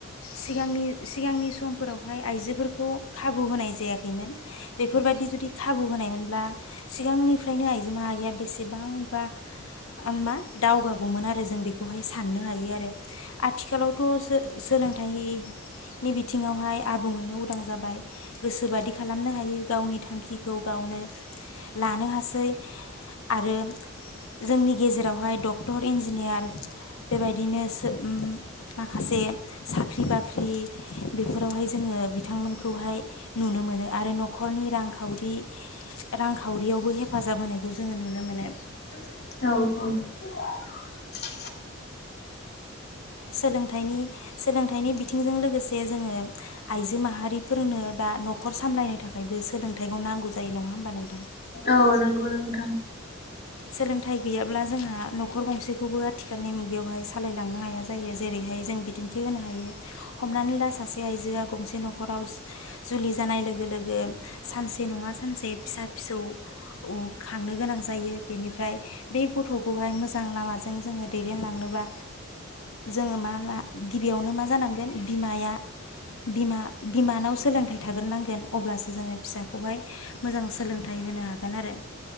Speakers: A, on the left; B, on the left.
A: सिगांनि सिगांनि सम फोरावहाय आइजोफोरखौ खाबु होनाय जायाखैमोन। बेफोरबायादि जुदि खाबु होनायमोनब्ला सिगांनि फ्रायनो आइजो माहारिया बेसेबांबा मा दावगागौमोन आरो जों बेखौहाय साननो हायो आरो। आथिखालावथ' सो सोलोंथाइ नि बिथिङावहाय आबुङैनो उदां जाबाय। गोसोबादि खालामनो हायो गावनि थांखिखौ गावनो लानो हा सै आरो जोंनि गेजेरावहाय डक्टर इन्जिनियार बेबायदिनो सो माखासे साख्रि बाख्रि बेफोरावहाय जोङो बिथांमोनखौहाय नुनो मोनो। आरो न'खरनि रांखावरि रांखावरियावबो हेफा हेफाजाब होनायखौ जोङो नुनो मोनो।
B: औ औ।
A: सोलोंथाइनि सोलोंथाइनि बिथिंजों लोगोसे जोङो आइजो माहारिफोरनो दा न'खर सामलायनो थाखायबो सोलोंथाइखौ नांगौ जायो नङा होमबा नोंथां।
B: औ नंगौ नोंथां।
A: सोलोंथाइ गैयाब्ला जोंहा न'खर गंसेखौबो आथिखालनि मुगायावहाय सालायलांनो हाया जायो। जेरैहाय जों बिदिन्थि होनो हायो हमनानै ला सासे आइजोआ गंसे न'खराव जुलि जानाय लोगो लोगो सानसे नङा सानसे फिसा फिसौ खांनो गोनां जायो। बेनिफ्राय बे गथ'खौहाय मोजां लामाजों जोङो दैदेनलांनोबा जोङो मा गिबियावनो मा जानांगोन बिमाया बिमा बिमानाव सोलोंथाइ थाग्रोनांगोन अब्लासो जोङो फिसाखौहाय मोजां सोलोंथाइ होनो हागोन आरो।